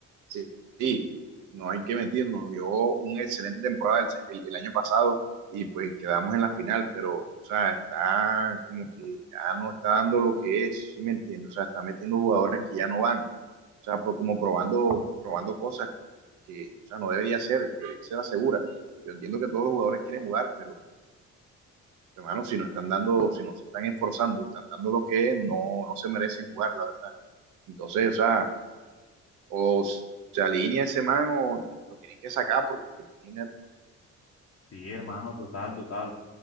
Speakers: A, on the right; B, on the left.
A: Sí, sí, no hay que mentirnos, dio una excelente temporada el, el- el año pasado y pues quedamos en la final, pero, o sea, está como que ya no está dando lo que es, ¿sí me entiendes? O sea, está metiendo jugadores que ya no van, o sea, pues como probando, probando cosas que, o sea, no debería ser, debería ser la segura. Yo entiendo que todos los jugadores quieren jugar, pero, hermano, si no están dando, si no se están esforzando y están dando lo que es, no, no se merecen jugar, la verdad. Entonces, o sea, o se alinea ese man o lo tienen que sacar porque imagínate.
B: Sí, hermano, total, total.